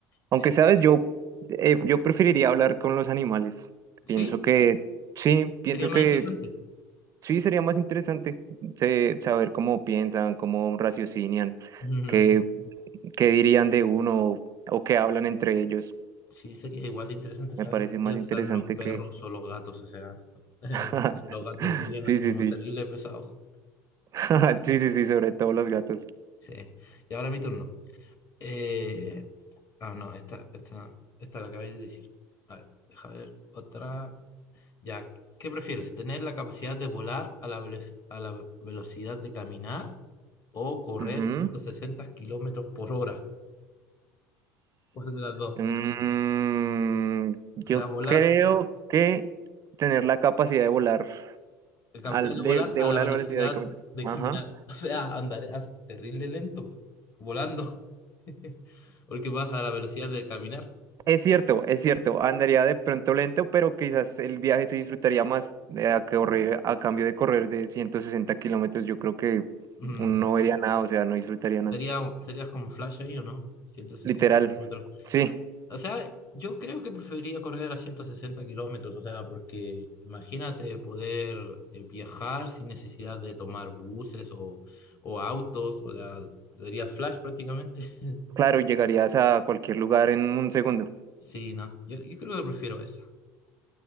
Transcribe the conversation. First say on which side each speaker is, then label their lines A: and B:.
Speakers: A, on the right; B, on the left.
A: aunque
B: sí,
A: sabes, yo, eh, yo preferiría hablar con los animales.
B: sí,
A: Pienso que sí, pienso
B: sería más
A: que
B: interesante. <laughs>
A: sí sería más interesante se- saber cómo piensan, cómo raciocinian,
B: Mm,
A: qué, qué dirían de uno o qué hablan entre ellos.
B: sí, sería igual interesante
A: Me
B: saber
A: parece
B: qué
A: más
B: piensan
A: interesante
B: los perros
A: que...
B: o los gatos, o sea, <laughs>
A: <laughs>
B: los gatos serían
A: Sí,
B: así
A: sí,
B: como
A: sí.
B: terribles pesados.
A: <laughs> Sí, sí, sí, sobre todo los gatos.
B: Sí. Y ahora mi turno. Eh, Ah, no, esta, esta, esta la acabáis de decir. A ver, deja ver otra. Ya, ¿qué prefieres? ¿Tener la capacidad de volar a la, velo- a la velocidad de caminar o correr
A: Ujú.
B: 160 kilómetros por hora? ¿Cuál de las dos?
A: Mm, yo
B: O sea, volar,
A: creo que tener la capacidad de volar,
B: la capacidad
A: al,
B: de volar
A: de, de
B: a
A: volar
B: la velocidad
A: a la velocidad de cam-
B: de
A: Ajá.
B: caminar. <laughs> O sea, andaré a- terrible lento, volando, <laughs> porque vas a la velocidad de caminar.
A: Es cierto, es cierto. Andaría de pronto lento, pero quizás el viaje se disfrutaría más eh, a correr, a cambio de correr de 160 kilómetros. Yo creo que
B: Mm.
A: uno no vería nada, o sea, no disfrutaría nada.
B: Sería, serías como Flash ahí, ¿o no? ciento sesenta
A: Literal.
B: kilómetros.
A: Sí,
B: O sea, yo creo que preferiría correr a 160 kilómetros, o sea, porque imagínate poder eh, viajar sin necesidad de tomar buses o, o autos, o sea, sería Flash prácticamente. <laughs>
A: claro, llegarías a cualquier lugar en un segundo.
B: Sí, no, yo, yo creo que prefiero esa,